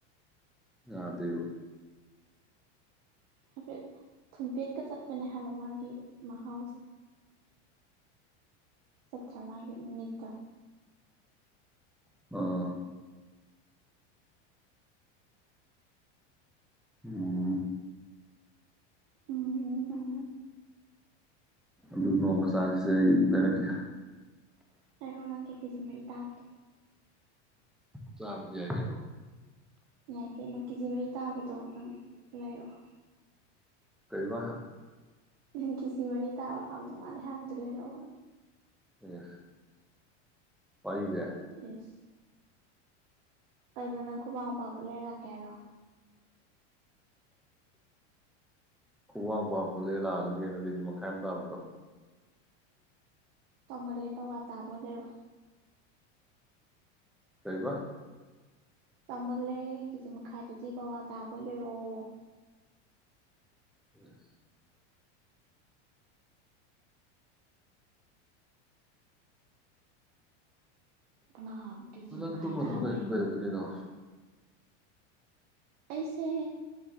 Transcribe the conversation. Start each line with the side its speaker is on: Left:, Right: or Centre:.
Centre: ꯌꯥꯗꯦꯕ
Right: ꯍꯥꯏꯐꯦꯠ ꯊꯨꯝꯄꯦꯠꯀ ꯆꯠꯄꯅꯦ ꯍꯥꯏꯕ ꯃꯥꯒꯤ ꯃꯍꯥꯎꯁꯦ ꯆꯠꯇ꯭ꯔꯥ ꯃꯥꯒꯤ ꯃꯤꯠꯇꫭ
Centre: ꯑꯥ ꯎꯝ
Right: ꯎꯝ
Centre: ꯎꯝ ꯑꯗꯨ ꯅꯣꯡ ꯃꯆꯥꯁꯤꯁꯦ ꯑꯩ ꯂꯩꯔꯛꯀꯦ
Right: ꯂꯩꯔꯛꯑꯣ ꯅꯪꯒꯤ ꯀꯦꯖꯤ ꯃꯔꯤ ꯇꯥꯕꯗꯣ
Centre: ꯆꯥꯕꯗꯤ ꯌꯥꯏ ꯀꯩꯅꯣ
Right: ꯌꯥꯏ ꯀꯩꯅꯣ ꯀꯦꯖꯤ ꯃꯔꯤ ꯇꯥꯕꯗꯣ ꯅꯪ ꯂꯩꯔꯛꯑꯣ
Centre: ꯀꯩ ꯕ
Right: ꯅꯪ ꯀꯤꯖꯤ ꯃꯔꯤ ꯇꯥꯕ ꯍꯥꯎꯗꯧ ꯃꯥꯜꯂꯦ ꯍꯥꯏꯕꯗꯨ ꯂꯩꯔꯛꯑꯣꯕ
Centre: ꯌꯦ ꯋꯥꯔꯤꯖ‌ꯦ
Right: ꯏꯁ ꯀꯩꯅꯣ ꯅꯪ ꯈꯨꯕꯥꯛ ꯃꯨꯛ ꯄꯥꯛꯄ ꯂꯩꯔ ꯂꯥꯛꯀꯦ ꯍꯥꯏꯔꯣ
Centre: ꯈꯨꯕꯥꯛꯃꯨꯛ ꯄꯥꯛꯄꯗꯨ ꯂꯩ ꯂꯥꯛꯑꯗꯕꯅꯤ ꯀꯩꯅꯣ ꯀꯦꯖꯤ ꯃꯈꯥꯏ ꯑꯃ ꯇꯥꯕꯗꯣ
Right: ꯆꯥꯎꯃꯜꯂ‌ꯦ ꯄꯋꯥ ꯇꯕꯥ ꯑꯣꯏꯅ ꯂꯩꯔꯛꯑꯣ
Centre: ꯀꯩꯕ
Right: ꯆꯥꯎꯃꯜꯂꯦ ꯀꯦꯖꯤ ꯃꯈꯥꯏꯗꯨꯗꯤ ꯄꯋꯥ ꯇꯥꯕ ꯑꯣꯏꯅ ꯂꯩꯔꯛꯑꯣ
Centre: ꯎꯝ
Right: ꯉꯥꯕꯨ <unintelligible>
Centre: ꯅꯪ ꯇꯨꯝꯃꯗꯨꯏꯔꯣ
Right: ꯇꯥꯕ ꯍꯥꯏ
Centre: ꯀꯩꯗꯧꯗꯣꯏꯅꯣ
Right: ꯑꯩꯁꯦ